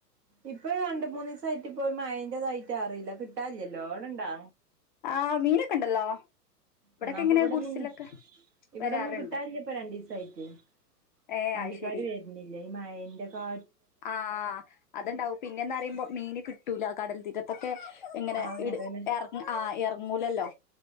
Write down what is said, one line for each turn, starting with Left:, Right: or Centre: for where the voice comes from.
Right: ഇപ്പൊ രണ്ട് മൂന്ന് ദിവസയിട്ട്പ്പോ മയന്റെതായിട്ട് അറിയില്ല കിട്ടലില്ലാല്ലോ അടുണ്ടോ
Left: ആഹ് മീനൊക്കെ ഉണ്ടല്ലോ ഇവിടൊക്കെ
Right: എന്നാ അപ്പ
Left: ഇങ്ങനെ
Right: ഇവിടൊന്നും
Left: ഗുഡ്സിലൊക്കെ
Right: ഇവിടൊന്നും
Left: വരാറുണ്ട്
Right: കിട്ടാനില്ലപ്പൊ രണ്ടിസായിട്ട്
Left: ഏ
Right: വണ്ടിക്കാര്
Left: അത് ശരി
Right: വരുന്നില്ല ഈ മയെന്റെ കാ
Left: ആഹ് അതുണ്ടാവും പിന്നെന്ന് പറയുമ്പോ മീൻ കി കിട്ടുല്ല കടൽ തീരത്തൊക്കെ ഇങ്ങനെ
Right: ആഹ്
Left: ഇട്
Right: അതന്നെ
Left: ഏറ ആഹ് ഇറങ്ങൂലല്ലോ